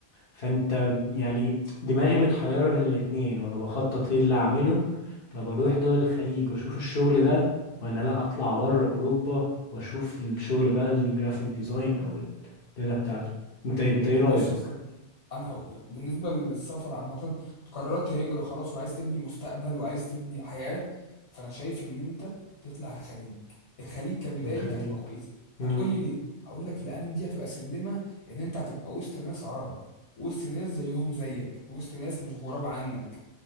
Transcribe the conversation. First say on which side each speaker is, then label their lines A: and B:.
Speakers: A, on the left; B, on the left.
A: فانت يعني دماغي متحيره بين الاتنين وانا بخطط ايه اللي اعمله طب اروح دول الخليج واشوف الشغل ده ولا لا اطلع بره اوروبا واشوف الشغل بقى الجرافيك ديزاين او الليله بتاعته انت انت ايه رايك
B: بص يا صديقي انا هقول لك بالنسبه للسفر عامه قررت هجره خلاص وعايز تبني مستقبل وعايز تبني حياه فانا شايف ان انت تطلع الخليج الخليج كبدايه
A: من الخليج
B: ليك هتبقى كويسه
A: مم.
B: هتقول لي ليه هقول لك لان دي هتبقى سلمه ان انت هتبقى وسط ناس عرب وسط ناس زيهم زيك وسط ناس مش غراب عنك